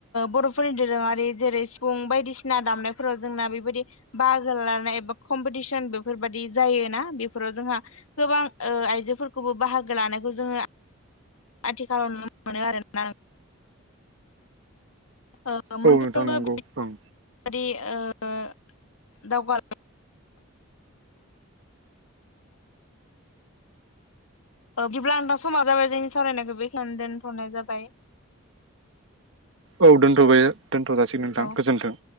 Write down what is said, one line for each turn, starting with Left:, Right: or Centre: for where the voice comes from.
Left: बर'फोरनि दोरोङारि जेरै सिफुं बायदिसिना दामनायफोराव जोंना बेबायदि बाहागो लानाय एबा कम्पिटिसन बेफोरबायाददि जायोना बेफोराव जोंहा गोबां ओ आइजोफोरखौबो बाहागो लानायखौ जोङो। आथिखालाव नुनो मोनो आरो ना <unintelligible>
Right: औ नोंथां नंगौ ओं
Left: बिदिब्ला नोंथां समा जाबाय जोंनि सावरायनायखौ बेखौनो दोनथ'नाय जाबाय।
Right: औ दोनथ'बाय दोनथ' जासिगोन नोंथां
Left: औ
Right: गोजोन्थों